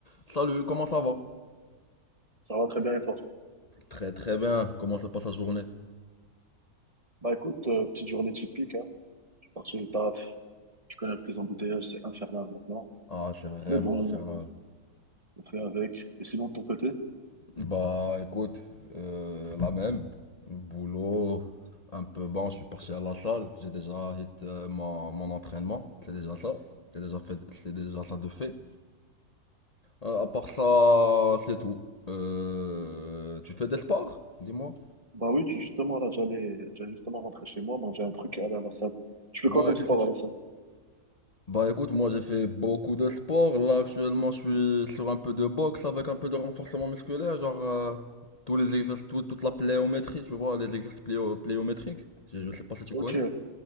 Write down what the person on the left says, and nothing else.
Salut, comment ça va?
Très très bien, comment se passe la journée?
Ah, c'est vraiment
infernal.
Bah écoute, euh, la même. Boulot, un peu bon, je suis parti à la salle, j'ai déjà hit euh, mon, mon entraînement, c'est déjà ça. C'est déjà fait, c'est déjà ça de fait. Euh, à part ça, c'est tout. Euh, tu fais des sports? Dis-moi.
Ouais,
qu'est-ce
que tu...
Bah écoute, moi j'ai fait beaucoup de sport. Là actuellement, je suis sur un peu de boxe avec un peu de renforcement musculaire, genre euh, tous les exercices, tout- toute la pléométrie, tu vois, les exercices pléo- pléométriques. Je, je sais pas si tu
connais.